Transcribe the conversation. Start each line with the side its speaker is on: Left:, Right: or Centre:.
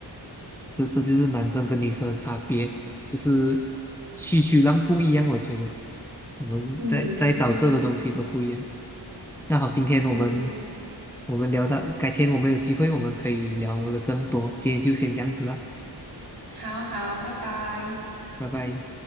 Centre: 这这就是男生跟女生的差别，就是需求量不一样。我觉得我们在在找这的东西都不一样。
Right: 嗯，对对对
Centre: 那好，今天我们
Right: 对对，
Centre: 我们聊到，改天我们有机会我们可以聊的更多。今天就先这样子了，
Right: 好好，拜拜。
Centre: 拜拜。